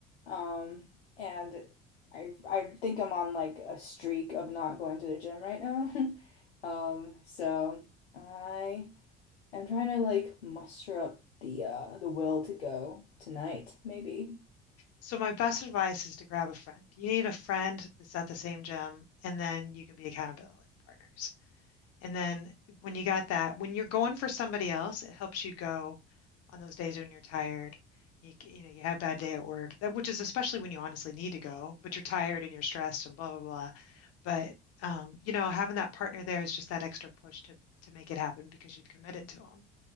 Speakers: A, on the left; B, on the left.
A: Um, and I I think I'm on like a streak of not going to the gym right now. <laughs> Um, so I am trying to like muster up the uh the will to go tonight, maybe.
B: So my best advice is to grab a friend. You need a friend that's at the same gym, and then you can be accountability partners. And then when you got that, when you're going for somebody else, it helps you go on those days when you're tired. You, you know, you had a bad day at work, that which is especially when you honestly need to go, but you're tired and you're stressed and blah blah blah. But um, you know, having that partner there is just that extra push to to make it happen because you've committed to them.